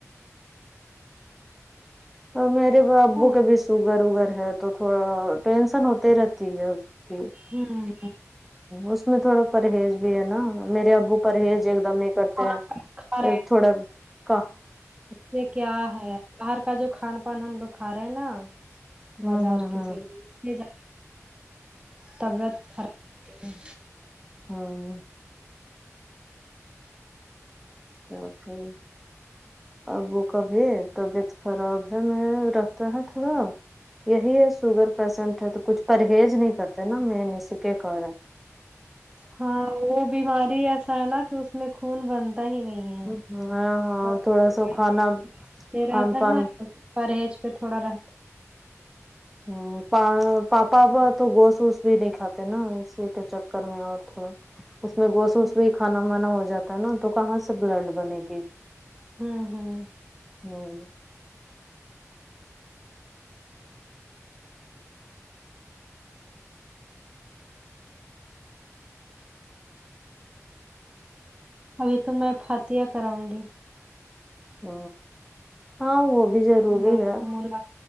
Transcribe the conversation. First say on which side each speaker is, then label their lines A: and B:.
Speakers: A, in the centre; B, on the right.
A: میرے ابو
B: ہوں
A: کے بھی سوگر وگر ہے تو <unintelligible> تھوڑا ٹینسن ہوتے رہتی ہے اس کی
B: ہمم
A: اس میں تھوڑا پرہیز بھی ہے نا میرے ابو پرہیز ایک دم نہیں کرتے
B: کھا
A: ہیں تھوڑا کا
B: یہ کیا ہے باہر کا جو کھان پان ہم لوگ کھا رہے ہیں نا
A: ہوں
B: بازار
A: ہوں
B: کی
A: ہوں
B: چیز طبیعت خراب ہے <inaudible>
A: ہاں تو پھر ابو کا بھی طبیعت خراب ہے میں رکھتا ہے تھوڑا یہی ہے سوگر پیسنٹ ہے تو کچھ پرہیز نہیں کرتے نا مین اسی کے کارن
B: ہاں وہ بیماری ایسا ہے نا کہ اس میں خون بنتا ہی نہیں ہے
A: ہ ہ ہاں
B: بس
A: تھوڑا سا کھانا
B: رہتا
A: کھان پان
B: ہے پرہیز پہ تھوڑا رہتا
A: ہاں پاپا پاپا تو گھوست ووست بھی نہیں کھاتے نا اسی کے چکر میں اور تھوڑا اس میں گوش ووس
B: ہوں
A: بھی کھانا مانا ہو جاتا ہے نا تو کہاں سے بلڈ بنے گی
B: ہوں ہوں
A: ہوں
B: ابھی تو میں فاتحہ کراؤں گی
A: ہ ہاں وہ بھی ضروری
B: ملا
A: ہے
B: کے ملا